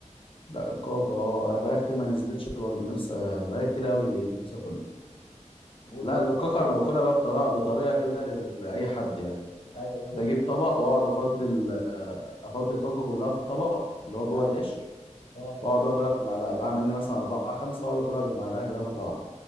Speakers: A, on the left; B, on the left.
A: لا الكاكا اه انا بقالي كتير ما نزلتش برضه نفسي بقالي كتير
B: اه
A: قوي نفسي اكلها
B: والفراوله
A: لا الكاكا انا باكلها بقى بطريقة بطريقة كده غير اي حد يعني
B: اي والب...
A: بجيب طبق واقعد افضل افضي الكاكا كلها في الطبق اللي هو جوه
B: اي
A: القشر
B: اه
A: واقعد بقى اكلها بالمعلقة بعمل لي مثلا أربعة خمسة واقعد اكلها بالمعلقة كده مرة واحدة